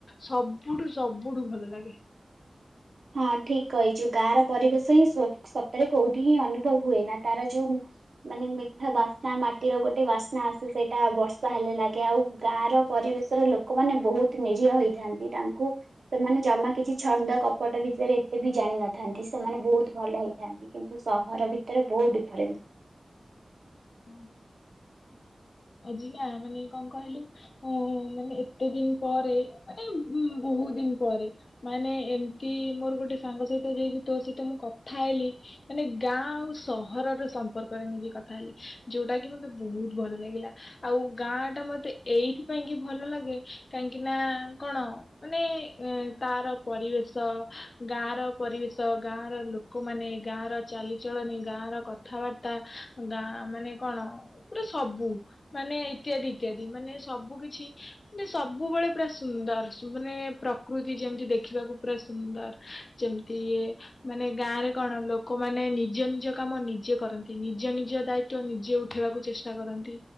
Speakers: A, on the left (about 60°); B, on the right (about 75°).
A: ସବୁଠୁ ସବୁଠୁ ଭଲ ଲାଗେ।
B: ହଁ ଠିକ କହିଛୁ ଗାଁ ର ପରିବେଶ ହିଁ ସତରେ କୋଉଠି ହିଁ ଅନୁଭବ ହୁଏ ନା ତାର ଯୋଉ ମାନେ ମିଠା ବାସ୍ନା ମାଟିର ଗୋଟେ ବାସ୍ନା ଆସେ ସେଇଟା ବର୍ଷା ହେଲେ ଲାଗେ ଆଉ ଗାଁ ର ପରିବେଶର ଲୋକମାନେ ବହୁତ ନିରହ ହେଇଥାନ୍ତି ତାଙ୍କୁ ସେମାନେ ଜମା କିଛି ଛନ୍ଦ କ ପଟ ଭିତରେ ଏତେ ବି ଜାଣିନଥାନ୍ତି ସେମାନେ ବହୁତ ଭଲ ହେଇଥାନ୍ତି। କିନ୍ତୁ ସହର ଭିତରେ ବହୁତ ଡିଫରେନ୍ସ।
A: ହଁ ଆଜି ନା ମାନେ କଣ କହିଲୁ ଉ ମାନେ ଏତେ ଦିନ ପରେ ମାନେ ବହୁତ ଦିନ ପରେ। ମାନେ ଏମତି ମୋର ଗୋଟେ ସାଙ୍ଗ ସହିତ ଯାଇକି ତୋ ସହିତ ମୁଁ କଥା ହେଲି ମାନେ ଗାଁ ଆଉ ସହରର ସମ୍ପର୍କରେ ନେଇକି କଥା ହେଲି। ଯୋଉଟା କି ମତେ ବହୁତ ଭଲ ଲାଗିଲା। ଆଉ ଗାଁ ଟା ମତେ ଏଇଥି ପାଇଁ କି ଭଲ ଲାଗେ କାହିଁକି ନା କଣ ମାନେ ଏ ତାର ପରିବେଶ ଗାଁ ର ପରିବେଶ ଗାଁ ର ଲୋକମାନେ ଗାଁ ର ଚାଲିଚଳନି ଗାଁ ର କଥାବାର୍ତ୍ତା ଗାଁ ମାନେ କଣ ଗୋଟେ ସବୁ। ମାନେ ଇତ୍ୟାଦି ଇତ୍ୟାଦି ମାନେ ସବୁ କିଛି ମାନେ ସବୁବେଳେ ପୁରା ସୁନ୍ଦର ମାନେ ପ୍ରକୃତି ଯେମିତି ଦେଖିବାକୁ ପୁରା ସୁନ୍ଦର। ଯେମିତି ଇଏ ମାନେ ଗାଁ ରେ କଣ ଲୋକମାନେ ନିଜ ନିଜ କାମ ନିଜେ କରନ୍ତି ନିଜ ନିଜ ଦାୟିତ୍ୱ ନିଜେ ଜେ ଉଠେଇବାକୁ ଚେଷ୍ଟା କରନ୍ତି